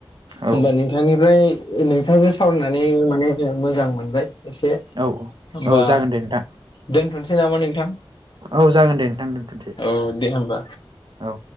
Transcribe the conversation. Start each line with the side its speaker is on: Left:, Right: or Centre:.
Right: औ
Left: होमबा नोंथांनिफ्राय नोंथाङासो सावरायनानै माने जोंहा मोजां मोनबाय। एसे
Right: औ
Left: होमबा
Right: औ जागोन दे नोंथां
Left: दोनथ'नोसै नामा नोंथां
Right: औ जागोन दे नोंथां दोनथ'सै
Left: औ दे होमबा।
Right: औ